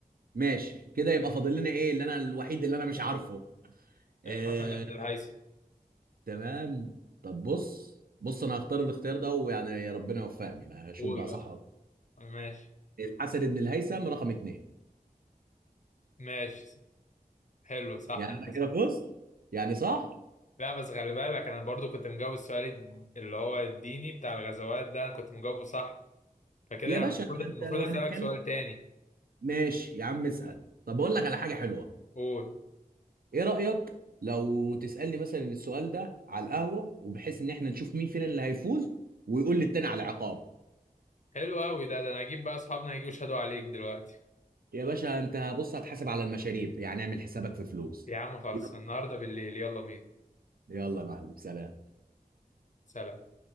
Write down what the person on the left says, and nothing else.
الحسن بن الهيثم
قول
بقى
ماشي
ماشي حلو صح
انت
صح
لا بس خلي بالك انا برضو كنت مجاوب السؤال اللي هو الديني بتاع الغزوات ده انا كنت مجاوبه صح فكده
المفروض
المفروض
اسالك
سؤال تاني
قول
حلو قوي ده ده انا هجيب بقى اصحابنا يجوا يشهدوا عليك دلوقتي
يا عم خلص
النهارده بالليل يلا بينا
سلام